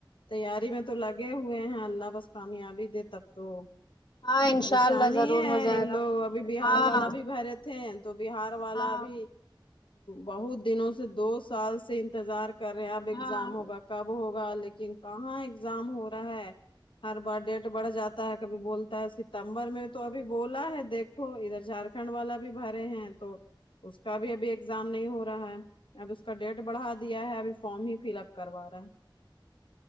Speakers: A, on the left; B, on the left.
A: تیاری میں تو لگے ہوئے ہیں اللہ بس کامیابی دے تب تو
B: ہاں انشاء
A: پریشانی
B: اللہ ضرور
A: ہے
B: ہو جائے
A: ان
B: گا
A: لوگ ابھی بہار
B: ہاں
A: والا بھی بھر تھے تو بہار والا
B: ہاں
A: بھی بہت دنوں سے دو سال سے انتظار کر رہے اب ایگزام
B: ہاں
A: ہوگا کب ہوگا لیکن کہاں ایگزام ہو رہا ہے ہر بار ڈیٹ بڑھ جاتا ہے کبھی بولتا ہے ستمبر میں تو ابھی بولا ہے دیکھ ادھر جھارکھنڈ والا بھی بھرے ہیں تو اس کا بھی ابھی ایگزام نہیں ہو رہا ہے اب کا ڈیٹ بڑھا دیا ہے ابھی فارم ہی فل اپ کروا رہا ہے